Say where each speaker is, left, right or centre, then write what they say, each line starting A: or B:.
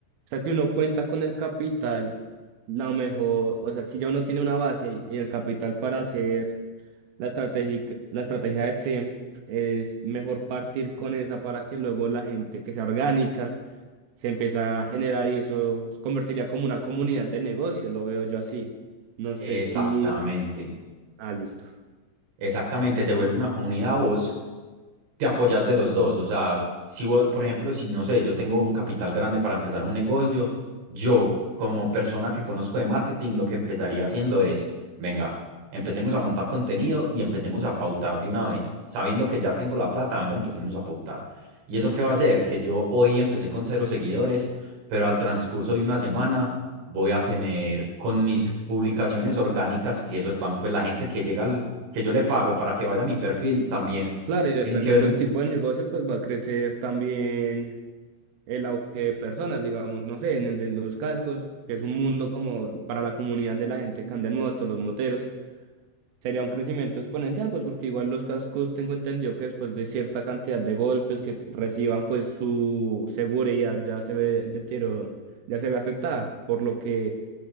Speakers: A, on the right; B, on the right.
A: o sea, si uno cuenta con el capital, la mejor, o sea, si ya uno tiene una base y el capital para hacer la estrategia, la estrategia de SEM, es mejor partir con esa para que luego la gente que sea orgánica se empiece a generar y eso se convertiría como una comunidad de negocio, lo veo yo así. No sé
B: Exactamente.
A: si... Ah, listo.
B: Exactamente, se vuelve una comunidad, vos te apoyas de los dos. O sea, si vos, por ejemplo, si no sé, yo tengo un capital grande para empezar un negocio, yo como persona que conozco de marketing, lo que empezaría haciendo es, venga, empecemos a montar contenido y empecemos a pautar de una vez. Sabiendo que ya tengo la plata, venga, empecemos a pautar. ¿Y eso qué va a hacer? Que yo hoy empecé con cero seguidores, pero al transcurso de una semana voy a tener con mis publicaciones orgánicas, que eso están, pues la gente que llega que yo le pago para que vaya a mi perfil, también
A: Claro, y dependiendo
B: tienen que ver un...
A: del tipo de negocio, pues va a crecer también el auge de personas, digamos, no sé, en el de los cascos, que es un mundo como para la comunidad de la gente que anda en moto, los moteros, sería un crecimiento exponencial, pues porque igual los cascos tengo entendido que después de cierta cantidad de golpes que reciban, pues su seguridad ya se ve deterioro- ya se ve afectada, por lo que